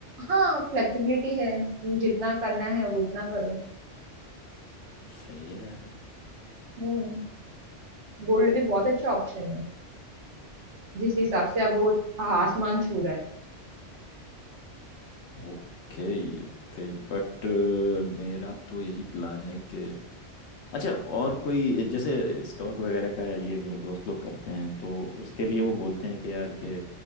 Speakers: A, on the right; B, on the left.
A: हाँ फ्लेक्सिबिलिटी है तुम जितना करना है वो उतना करो
B: सही है यार
A: हम्म गोल्ड भी बहुत अच्छा ऑप्शन है जिस हिसाब से अब वो आसमान छू रहा है
B: ओके ओके बट मेरा तो यही प्लान है कि अच्छा और कोई जैसे स्टॉक वगैरह का ये मेरे दोस्त लोग करते हैं तो उसके लिए वो बोलते हैं कि यार के